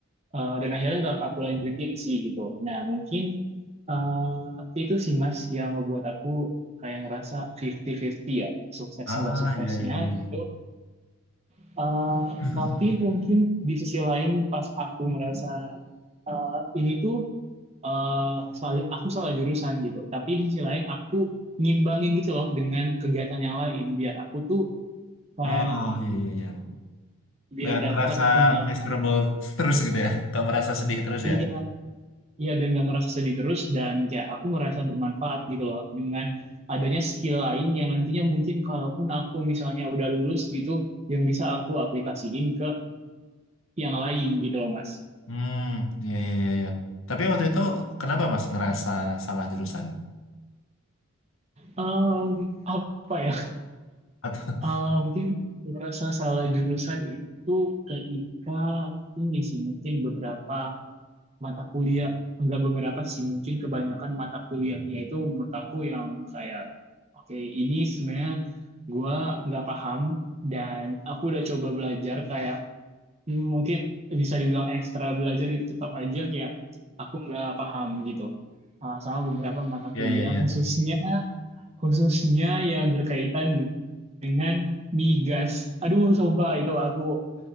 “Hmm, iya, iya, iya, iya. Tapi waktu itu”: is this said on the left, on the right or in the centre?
Left